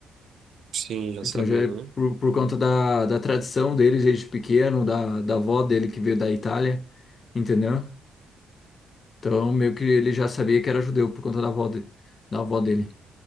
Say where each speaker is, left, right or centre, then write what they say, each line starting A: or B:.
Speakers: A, on the right (about 65°); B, on the left (about 40°).
A: Sim, já
B: Então
A: sabia,
B: já é
A: né?
B: por, por conta da, da tradição dele desde pequeno, da, da avó dele que veio da Itália, entendeu? Então meio que ele já sabia que era judeu por conta da avó, de, da avó dele,